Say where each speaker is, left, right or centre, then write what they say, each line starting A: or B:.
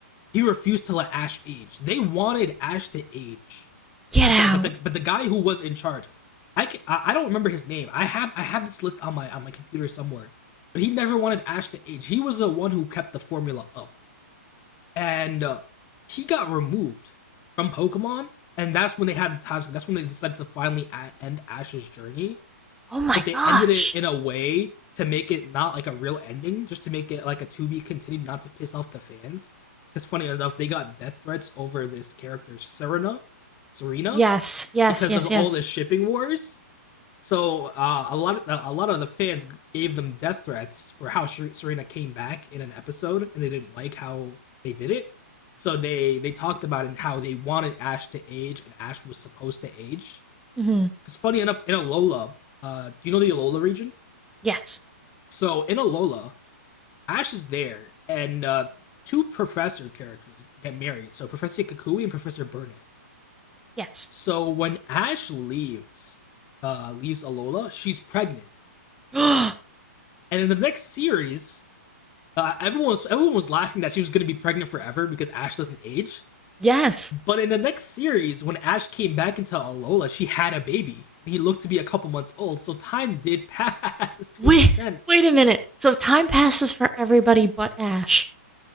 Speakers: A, on the left (about 25°); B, in the centre.
A: he refused to let Ash age. They wanted Ash to age
B: get
A: but
B: out
A: the but the but the guy who was in charge, I can, I, I don't remember his name. I have I have this list on my on my computer somewhere, but he never wanted Ash to age. He was the one who kept the formula up, and uh, he got removed from Pokemon, and that's when they had the time. That's when they decided to finally end Ash's journey,
B: oh my
A: but they
B: gosh
A: ended it in a way to make it not like a real ending, just to make it like a to be continued, not to piss off the fans. Because funny enough, they got death threats over this character Serena, Serena,
B: yes yes
A: because
B: yes
A: of all
B: yes
A: the shipping wars. So uh, a lot of a lot of the fans gave them death threats for how Serena came back in an episode, and they didn't like how they did it. So they they talked about it and how they wanted Ash to age, and Ash was supposed to age.
B: hmm
A: It's funny enough in Alola. Uh, do you know the Alola region?
B: Yes.
A: So in Alola, Ash is there, and uh, two professor characters get married. So Professor Kakui and Professor Burnett.
B: Yes.
A: So when Ash leaves, uh, leaves Alola, she's pregnant,
B: <gasps>
A: and in the next series, uh, everyone was everyone was laughing that she was gonna be pregnant forever because Ash doesn't age.
B: yes.
A: But in the next series, when Ash came back into Alola, she had a baby, and he looked to be a couple months old. So time did pass <laughs>
B: Wait.
A: to an extent.
B: Wait a minute. So time passes for everybody but Ash.